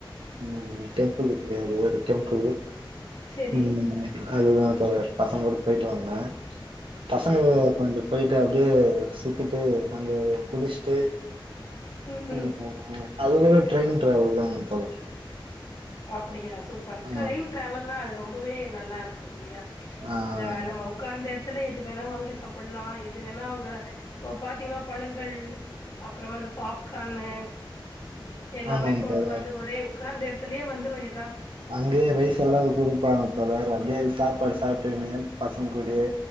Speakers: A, on the right; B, on the left.
A: ம் டெம்புல் <unintelligible> டெம்புள் <unintelligible>
B: சேரி
A: அதுதா தோழர் பசங்க கூட போயிட்டு வந்தே பசங்க
B: சேரி
A: கொஞ்ச போயிட்டு அப்படியே சுத்திட்டு அங்க குளிச் டு
B: ம்
A: <unintelligible>
B: ம்
A: அதுலலா ட்ரெயின் ட்ராவல் தான் தோழர்
B: அப்படியா சூப்பர் ட்ரெயின்
A: ஆ
B: ட்ராவல்னா அது ரொம்பவே நல்லா இருக்கு இல்லையா
A: ஆ
B: அங்க நம்ம உக்காந்து த்துல எது வேணா வாங்கி சாப்டலா எது வேணா அங்க இப்ப பாத்தீங்கன்னா பழங்கள் அப்புறம் அந்த பாப்கார்ன்னு எல்லாமே
A: ஆமாம்
B: கொண்டு
A: தோழர்
B: வந்து ஒரே கொன்னாந்து எத் துலயே வந்துரு எ
A: அங்கேயே ரைஸ் எல்லா கொடுப்பாங்க தொழர் அப்படியே சாப்பாடு சாப்ட்டன்னு பசங் கூடயே